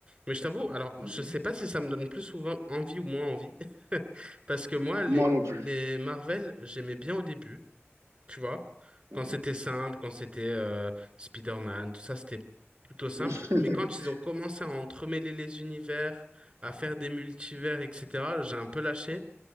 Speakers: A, on the right (about 30°); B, on the right (about 80°).
A: Mais je t'avoue, alors,
B: Mhm,
A: je sais pas si ça me donne plus souvent envie ou moins envie, <laughs> parce que moi, les,
B: Moi non plus.
A: les Marvel, j'aimais bien au début. tu vois.
B: mhm.
A: Quand c'était simple, quand c'était euh, Spider-Man, tout ça, c'était plutôt simple.
B: <laughs>
A: Mais quand ils ont commencé à entremêler les univers, à faire des multivers, etc., j'ai un peu lâché